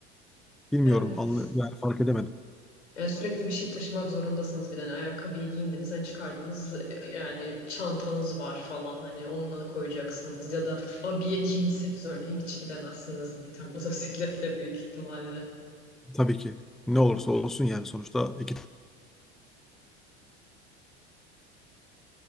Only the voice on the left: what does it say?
Evet.
Yani sürekli bir şey taşımak zorundasınız bir de. Hani ayakkabıyı giyindiniz, hani çıkardınız e, yani çantanız var falan hani onunla da koyacaksınız ya da abiye giyinseniz örneğin hiç gidemezsiniz tam motosikletle büyük ihtimalle.